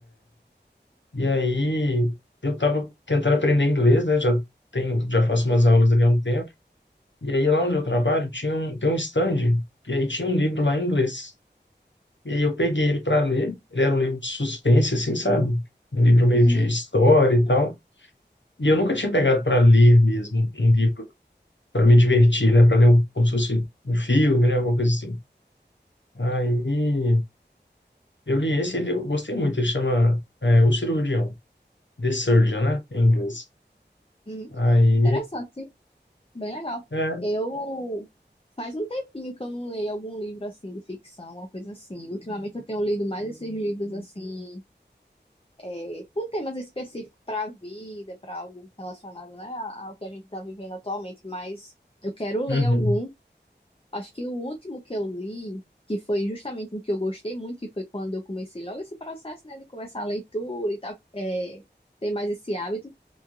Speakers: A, on the left; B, on the left.
A: E aí, eu tava tentando aprender inglês, né, já tenho, já faço umas aulas ali há um tempo. E aí, lá onde eu trabalho, tinha um, tem um stand, e aí tinha um livro lá em inglês. E aí eu peguei ele para ler. Ele era um livro de suspense, assim, sabe? Um livro meio
B: Uhum.
A: de história e tal. E eu nunca tinha pegado para ler mesmo um livro para me divertir, né? Para ler um- como se fosse um filme, né? Alguma coisa assim. Aí eu li esse, ele eu gostei muito. Ele chama é, O Cirurgião, The Surgeon, né? Em inglês.
B: Uhum.
A: Aí,
B: Interessante, sim. Bem legal.
A: é,
B: Eu faz um tempinho que eu não leio algum livro assim de ficção, uma coisa assim. Ultimamente eu tenho lido mais esses livros assim, é, com temas específicos para a vida, para algo relacionado, né, a- ao que a gente está vivendo atualmente, mas eu quero ler
A: uhum,
B: algum. Acho que o último que eu li, que foi justamente um que eu gostei muito, que foi quando eu comecei logo esse processo, né, de começar a leitura e tal, é, ter mais esse hábito,